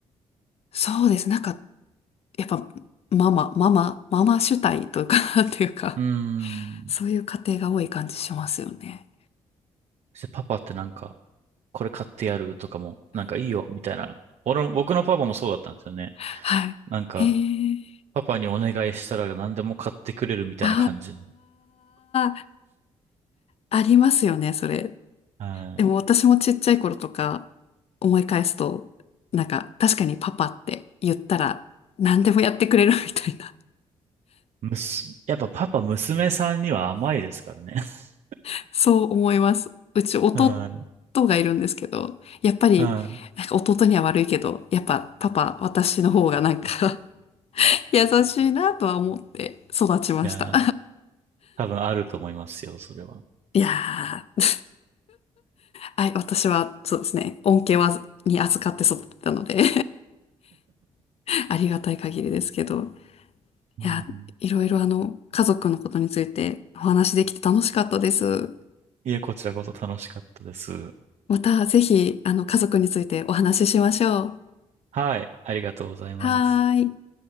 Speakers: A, on the left; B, on the right.
A: そうです。なんか、やっぱ、ママ、ママ、ママ主体というかって <laughs> いうか、
B: うーん。
A: <laughs> そういう家庭が多い感じしますよね。
B: そしてパパってなんか、これ買ってやるとかも、なんかいいよ、みたいな。俺も、僕のパパもそうだったんですよね。
A: <laughs> はい。
B: なんか、
A: へえ。
B: パパにお願いしたら何でも買ってくれるみたいな感じの。
A: ああ、ありますよね、それ。
B: はい。
A: でも私もちっちゃい頃とか思い返すと、なんか確かにパパって言ったら何でもやってくれるみたいな、
B: むす、やっぱパパ、娘さんには甘いですからね。<laughs>
A: <laughs> そう思います。うち弟がいるんですけど、
B: はい。
A: やっぱり、
B: はい。
A: なんか弟には悪いけど、やっぱパパ、私の方がなんか <laughs> 優しいなとは思って育ちました。
B: いや、多分あると思いますよ、それは。
A: <laughs> いやー、はい、私はそうですね、恩恵は、に預かって育ったので <laughs> ありがたい限りですけど。
B: うん
A: いや、いろいろあの、家族のことについてお話できて楽しかったです。
B: いえ、こちらこそ楽しかったです。
A: またぜひ、あの、家族についてお話ししましょう。
B: はい。ありがとうございます。
A: はーい。